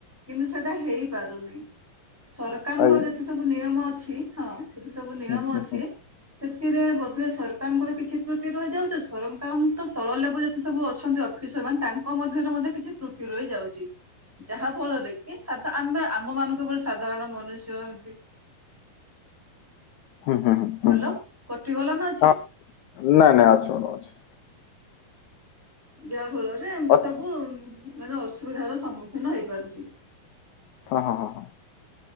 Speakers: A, in the centre; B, on the left.
A: କିନ୍ତୁ ସେଟା ହେଇପାରୁନେଇଁ ସରକାରଙ୍କ
B: ଆଜ୍ଞା।
A: ଯେତେ ସବୁ ନିୟମ ଅଛି ହଁ ସେଠି ସବୁ ନିୟମ
B: ହୁଁ ହୁଁ
A: ଅଛି
B: ହୁଁ
A: ସେଥିରେ ବୋଧେ ସରକାରଙ୍କର କିଛି ତ୍ରୁଟି ରହିଯାଉଚି ସରକାରଙ୍କ ତଳ ଲେବୁଲ ଯେତେ ସବୁ ଅଛ ଛନ୍ତି ଅଫିସର ମାନେ ତାଙ୍କ ମଧ୍ୟରେ ମଧ୍ୟ କିଛି ତ୍ରୁଟି ରହିଯାଉଚି। ଯାହା ଫଳରେ କି ସାଧା ଆମେ ଆମ ମାନଙ୍କ ଭଳି ସାଧାରଣ ମନୁଷ୍ୟ ଏମତି
B: ହୁଁ ହୁଁ ହୁଁ
A: ହ୍ୟାଲୋ କଟିଗଲା ନା ଅଛି
B: ହଁ। ନାଇଁ ନାଇଁ ଅଛି ମୋର ଅଛି।
A: ଯାହା ଫଳରେ ଏମିତି
B: ଅତ୍
A: ସବୁ ମାନେ ଅସୁବିଧାର ସମ୍ମୁଖୀନ ହେଇପାରୁଚି।
B: ହଁ ହଁ ହଁ ହଁ।